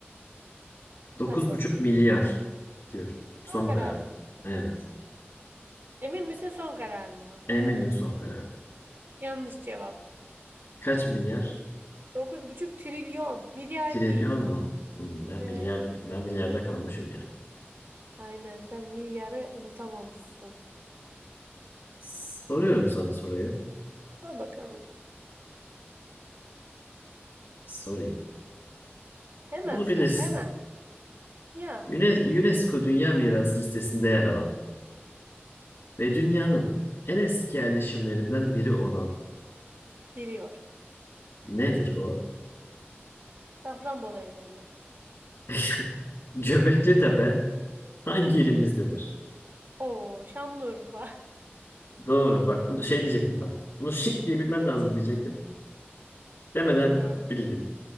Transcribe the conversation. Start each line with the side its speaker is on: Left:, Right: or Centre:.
Left: dokuz
Right: Hadi bakayım.
Left: buçuk milyar diyorum.
Right: Son
Left: Son
Right: kararım.
Left: kararım. Evet.
Right: Emin misin son kararın mı?
Left: Eminim son kararım.
Right: Yanlış cevap.
Left: Kaç milyar?
Right: Dokuz buçuk trilyon. Milyar
Left: Trilyon
Right: değil.
Left: mu? Hmm, ben
Right: Evet.
Left: milyar ben milyarda kalmışım ya.
Right: Aynen sen milyarı unutamamışsın.
Left: Soruyorum sana soruyu.
Right: Sor bakalım.
Left: Sorayım.
Right: Hemen
Left: Bunu
Right: sor
Left: bilirsin.
Right: hemen. Ya
Left: Yüne- UNESCO Dünya Mirası listesinde yer alan ve dünyanın en eski yerleşimlerinden biri olan
Right: geliyor.
Left: nedir o?
Right: Safranbolu Evreli.
Left: <laughs> Göbekli Tepe hangi ilimizdedir?
Right: Oo Şanlıurfa. <laughs>
Left: Doğru. Bak bunu şey diyecektim tam. Bunu şık diye bilmen lazım diyecektim. Demeden
Right: Ee,
Left: bildim.